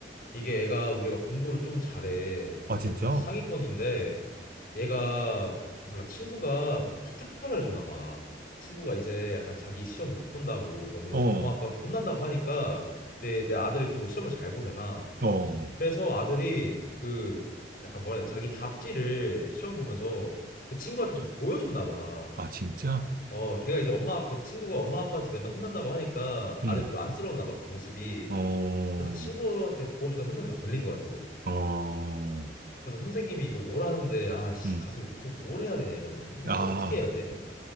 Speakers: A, on the left (about 50°); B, on the right (about 50°).
A: 이게 애가 우리가 공부를 좀 잘해.
B: 아
A: 좀
B: 진짜
A: 그래서 상위권인데 얘가 몰라 친구가 뭐 부탁을 해줬나 봐. 친구가 이제 약간 자기 시험 못 본다고 너무
B: 어음어음
A: 엄마 아빠한테 혼난다고 하니까 내 내 아들이 또 시험을 잘 보잖아.
B: 어,
A: 그래서 아들이 그 약간 뭐라 해야 돼? 자기 답지를 시험 보면서 그 친구한테 좀 보여줬나 봐.
B: 아, 진짜?
A: 어, 걔가 이제 엄마, 그 친구가 엄마 아빠한테 맨날 혼난다고 하니까
B: 음,
A: 아들 좀 안쓰러웠나 봐, 그 모습이.
B: 어,
A: 그래서 친구한테 보여주다 선생님한테 걸린 거야, 또.
B: 어,
A: 그래서 선생님이 이거 오라는데, 아, 씨,
B: 음,
A: 가서 이거 또 뭘 해야 되냐, 이거는. 이거
B: 아.
A: 또 어떻게 해야 돼?